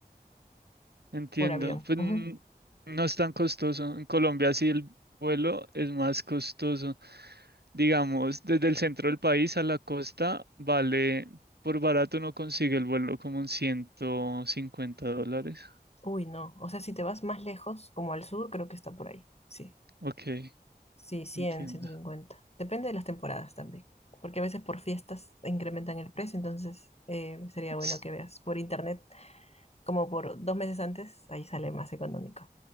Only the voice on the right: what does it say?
Entiendo.
Pues
n- no es tan costoso. En Colombia sí el vuelo es más costoso. Digamos, desde el centro del país a la costa vale, por barato uno consigue el vuelo como en 150 dólares.
Ok,
entiendo.
S-